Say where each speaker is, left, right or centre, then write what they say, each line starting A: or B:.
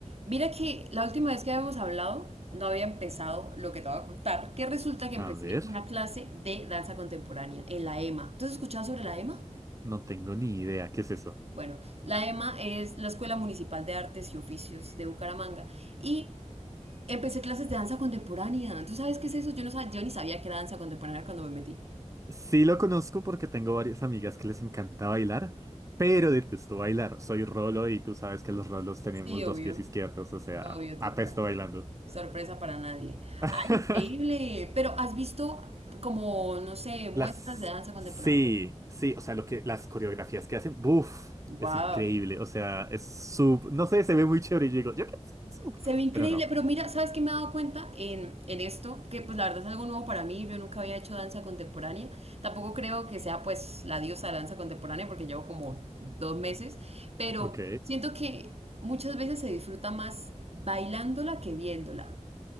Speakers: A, on the right (about 60°); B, on the right (about 25°).
A: Mira que la última vez que habíamos hablado, no había empezado lo que te voy a contar, que resulta que
B: A
A: empecé
B: ver,
A: una clase de danza contemporánea en la EMA. ¿Tú has escuchado sobre la EMA?
B: no tengo ni idea, ¿qué es eso?
A: Bueno, la EMA es la Escuela Municipal de Artes y Oficios de Bucaramanga y empecé clases de danza contemporánea. ¿Tú sabes qué es eso? Yo no sabía, yo ni sabía que era danza contemporánea cuando me metí.
B: Sí lo conozco porque tengo varias amigas que les encanta bailar, pero detesto bailar. Soy rolo y tú sabes que los rolos tenemos
A: Sí, obvio,
B: dos pies izquierdos, o sea,
A: obvio, total.
B: apesto bailando.
A: Sorpresa para nadie.
B: <laughs>
A: ¡Ay, increíble! Pero ¿has visto como, no sé, muestras
B: Las...
A: de danza contemporánea?
B: Sí, sí, o sea, lo que... las coreografías que hacen, ¡buf! Es
A: ¡Wow!
B: increíble, o sea, es sub... No sé, se ve muy chévere y yo digo, yo quiero hacer eso,
A: Se ve increíble,
B: pero no.
A: pero mira, ¿sabes qué me he dado cuenta en, en esto? Que pues la verdad es algo nuevo para mí, yo nunca había hecho danza contemporánea, tampoco creo que sea pues la diosa de la danza contemporánea porque llevo como dos meses, pero
B: Ok,
A: siento que muchas veces se disfruta más bailándola que viéndola.